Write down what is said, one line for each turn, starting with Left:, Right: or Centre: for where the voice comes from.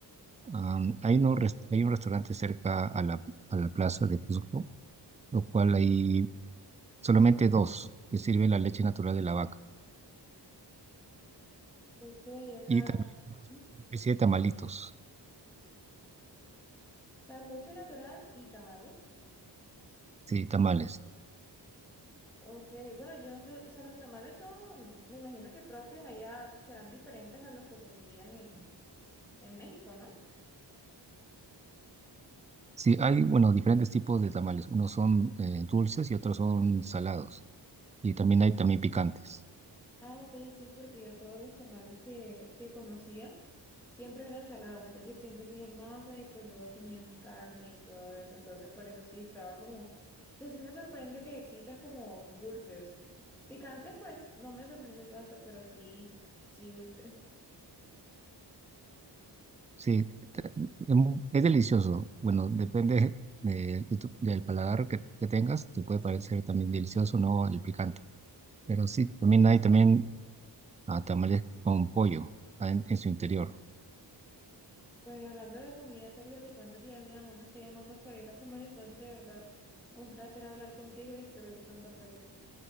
Right: Am, hay, uno res- hay un restaurante cerca a la, a la plaza de Cusco, lo cual hay solamente dos que sirven la leche natural de la vaca
Centre: Ok, o sea,
Right: y también
Centre: ujú, o
Right: una especie de tamalitos,
Centre: sea, leche natural y tamales.
Right: sí, tamales.
Centre: Ok, bueno, yo no sé, o sea, los tamales son, me imagino que propios allá serán diferentes a los que servirían en, en México, ¿no?
Right: Sí, hay, bueno, diferentes tipos de tamales. Unos son eh, dulces y otros son salados. Y también hay también picantes.
Centre: Ah, ok, sí, porque yo todos los tamales que, que conocía siempre eran salados, es decir, siempre tenían masa y pues luego tenían carne y todo eso, entonces por eso sí estaba como, o sea, sí me sorprende que existan como dulces. Picantes, pues no me sorprende tanto, pero sí, sí dulces. <laughs>
Right: Sí, te- em, es delicioso. Bueno, depende de- de tu- del paladar que, que tengas. Te puede parecer también delicioso o no el picante. Pero sí, también hay también ah, tamales con pollo ah, en, en su interior.
Centre: Pues y hablando de comida, Sergio te cuento que ya mi mamá me está llamando para ir a comer, entonces de verdad, un placer hablar contigo y espero ir pronto a Perú.